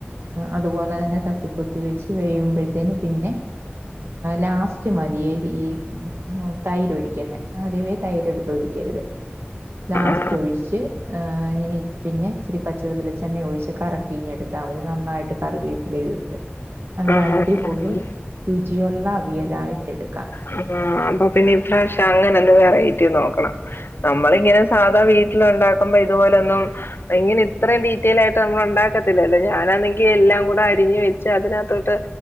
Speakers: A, on the right; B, on the left.
A: അതുപോലെ തന്നെ തത്തിപ്പൊത്തി വെച്ച് കഴിയ്യുമ്പോഴത്തേന് പിന്നെ ലാസ്റ്റ് മതിയേ ഈ തൈരൊഴിക്കന്നേ ആദ്യവേ തൈര് ഒഴിക്കരുത് ലാസ്റ്റ്
B: ആഹ്
A: ഒഴിച്ച് ഇങ്ങനെ പിന്നെ ഇിച്ചിരി പച്ച വെളിച്ചെണ്ണ ഒഴിച്ച് കറക്കിയി ങ്ങെടുക്ക നന്നായിട്ട് കറിവേപ്പിലേ ഇട്ട് നല്ല
B: ആഹ്
A: അടിപൊളി
B: ആഹ് ആഹ് ആഹ്
A: രുചിയൊള്ള അവിയലായിട്ട് എടുക്കാം
B: ഹും ഹും ആ അപ്പ പിന്നെ ഇപ്രാവശ്യം അങ്ങനെ ഒന്ന് വെറൈറ്റി നോക്കണം നമ്മള് ഇങ്ങനെ സാധാ വീട്ടില് ഒണ്ടാക്കുമ്പോ ഇതുപോലൊന്നും ഇങ്ങനെ ഇത്ര ഡീറ്റെയിൽ ആയിട്ട് നമ്മള് ഒണ്ടാക്കത്തില്ലോ ഞാനാണെങ്കിൽ എല്ലാം കൂടേ അരിഞ് പിഞ്ഞി ഓയിച്ച് അതിനാത്തോട്ട്